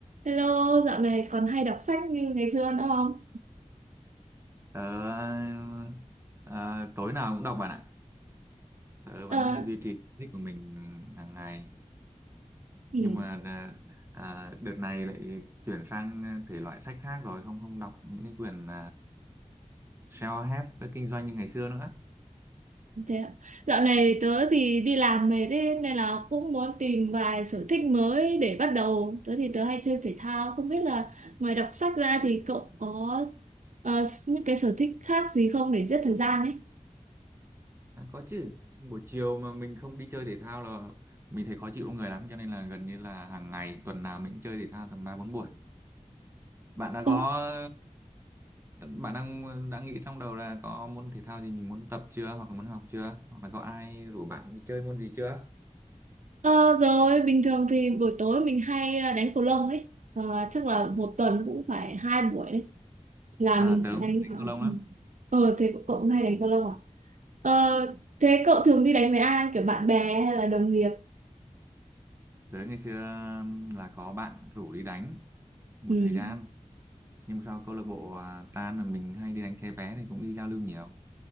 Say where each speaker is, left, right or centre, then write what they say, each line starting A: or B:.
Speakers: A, on the right (about 75°); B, on the right (about 20°).
A: Hello, dạo này còn hay đọc sách như ngày xưa nữa không?
B: Tớ ờ, tối nào cũng đọc bạn ạ. Tớ
A: Ờ,
B: vẫn duy trì thích của mình ờ, hàng ngày.
A: ừ,
B: Nhưng mà ờ, ờ, đợt này lại chuyển sang thể loại sách khác rồi, không không đọc những cái quyển uh, self-help đã kinh doanh như ngày xưa nữa.
A: thế ạ. Dạo này tớ thì đi làm về thế nên là cũng muốn tìm vài sở thích mới để bắt đầu. Tớ thì tớ hay chơi thể thao, không biết là ngoài đọc sách ra thì cậu có ờ, những cái sở thích khác gì không để giết thời gian ấy?
B: À, có chứ. Buổi chiều mà mình không đi chơi thể thao là mình thấy khó chịu trong người lắm, cho nên là gần như là hàng ngày tuần nào mình cũng chơi thể thao tầm 3 4 buổi. bạn đã
A: Ồ,
B: có bạn đang đã nghĩ trong đầu là có môn thể thao gì mình muốn tập chưa hoặc là muốn học chưa hoặc là có ai rủ bạn đi chơi môn gì chưa
A: Ờ, rồi, bình thường thì buổi tối mình hay ờ, đánh cầu lông ấy. Ờ, chắc là một tuần cũng phải hai buổi đấy. Là
B: à
A: mình
B: tớ
A: sẽ
B: cũng
A: đánh...
B: thích đánh cầu lông lắm
A: Ờ, thế cậu cũng hay đánh cầu lông à? Ờ, thế cậu thường đi đánh với ai kiểu bạn bè hay là đồng nghiệp
B: tớ ngày xưa um, là có bạn rủ đi đánh một
A: ừ.
B: thời gian nhưng mà sau câu lạc bộ à, tan là mình hay đi đánh xe vé thì cũng đi giao lưu nhiều